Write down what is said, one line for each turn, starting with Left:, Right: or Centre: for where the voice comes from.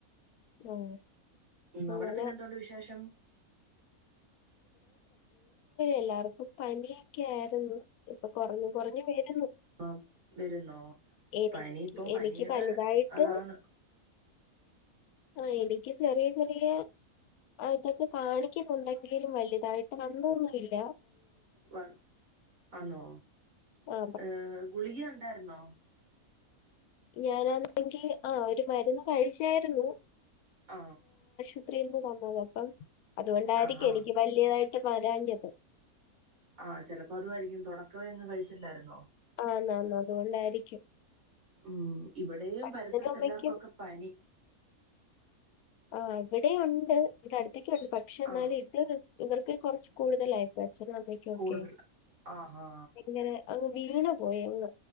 Left: ആഹ്
Right: ഉ
Left: അങ്ങനെ
Right: അവിടെ പിന്നെന്തതുണ്ട് വിശേഷം
Left: എല്ലർക്കും പനിയൊക്കെ ആയിരുന്നു ഇപ്പം കുറഞ്ഞു കുറഞ്ഞുവരുന
Right: ആ വരുന്നോ
Left: എനി
Right: പനി ഇപ്പം
Left: എനിക്ക്
Right: പനിയുടെ
Left: വലുതായിട്ട്
Right: അതാണ്
Left: ആ എനിക്ക് ചെറിയ ചെറിയ ഇതൊക്കെ കാണിക്കുന്നുണ്ടാക്കി എങ്കലും വലുതായിട്ട് അന്നൊന്നുമല്ല
Right: വ ആന്നോ
Left: ആ
Right: ഏ ഗുളിക ഉണ്ടായിരുന്നോ
Left: ഞാനാന്നെങ്കിൽ ആ ഒരു മരുന്ന് കഴിച്ചായിരുന്നു
Right: ആ
Left: ഇത്രയും നിന്നത് <unintelligible> അ അതുകൊണ്ടായിരിക്കും
Right: ആഹ് ആഹ്
Left: എനിക്ക് വലിയതായിട്ട് വരാഞ്ഞത്
Right: ആ ചിലപ്പോ അതായിരിക്കും തുടക്കവേ അങ്ങ് കഴിച്ചില്ലായിരുന്നോ
Left: ആ ആന് ആന് അതുകൊണ്ടായിരിക്കും
Right: ഉം ഇവിടെയും
Left: അച്ഛനും
Right: പരിസരത്തെ
Left: അമ്മയ്ക്കും
Right: എല്ലാർക്കുക്കെ പനി
Left: അവിടെ ഉണ്ട് ഇവിടെ അടു അടുത്തക്കെയുണ്ട് പക്ഷെ എന്നാലും
Right: ആഹ്
Left: ഇതൊ ഇവർക്ക് കുറച്ച് കൂടുതലായിപ്പോയി. <unintelligible> അച്ഛനും അമ്മയ്ക്കും
Right: കൂടുതൽ
Left: ഒക്കെ
Right: ആഹാ
Left: ഇങ്ങനെ അങ്ങ് വീണ് പോയെന്ന്